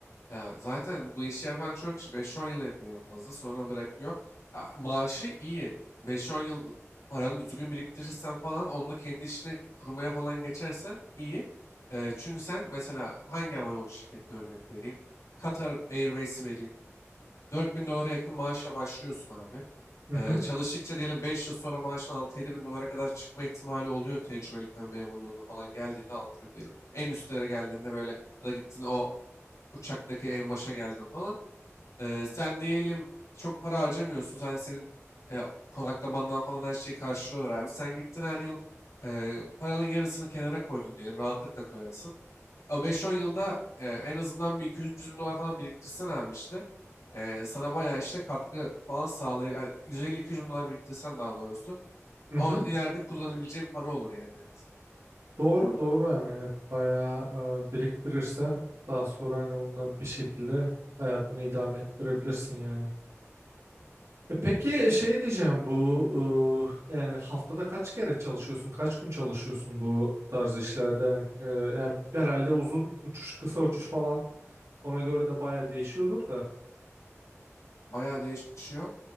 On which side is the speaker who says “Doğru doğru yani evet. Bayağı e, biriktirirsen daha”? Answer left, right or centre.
Right